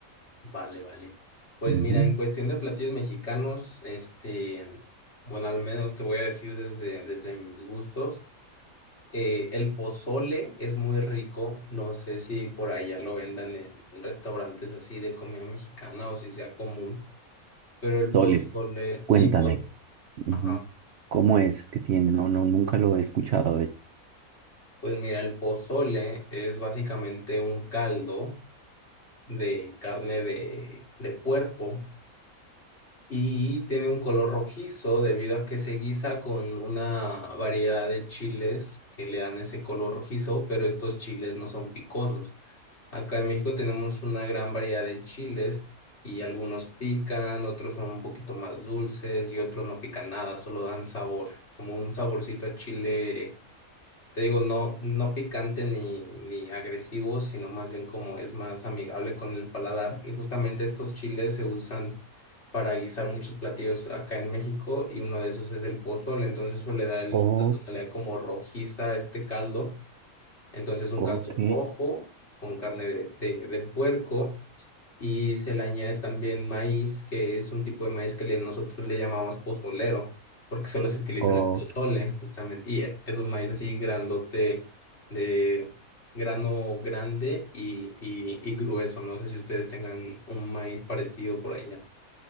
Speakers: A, on the left (about 50°); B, on the right (about 60°).
A: Vale, vale. Pues
B: Ujú.
A: mira, en cuestión de platillos mexicanos, este, bueno, al menos te voy a decir desde, desde mis gustos. eh, el pozole es muy rico. No sé si por allá lo vendan en restaurantes así de comida mexicana o si sea común, pero el
B: Sole,
A: pozole, sí,
B: cuéntame,
A: po-
B: ujú,
A: ajá.
B: ¿Cómo es que tiene? No, no, nunca lo he escuchado de.
A: Pues mira, el pozole es básicamente un caldo de carne de, de puerco y tiene un color rojizo debido a que se guisa con una variedad de chiles que le dan ese color rojizo, pero estos chiles no son picosos. Acá en México tenemos una gran variedad de chiles y algunos pican, otros son un poquito más dulces y otros no pican nada, solo dan sabor, como un saborcito a chile te digo, no, no picante ni, ni agresivo, sino más bien como es más amigable con el paladar. Y justamente estos chiles se usan para guisar muchos platillos acá en México y uno de esos es el pozole. Entonces eso le da el-
B: Ok,
A: la tonalidad como rojiza a este caldo. Entonces un
B: ok,
A: caldo rojo con carne de, de, de puerco y se le añade también maíz, que es un tipo de maíz que le- nosotros le llamamos pozolero, porque solo se utiliza
B: ok.
A: en el pozole, justamente, y e- es un maíz así grandote, de grano grande y, y, y grueso. No sé si ustedes tengan un maíz parecido por allá.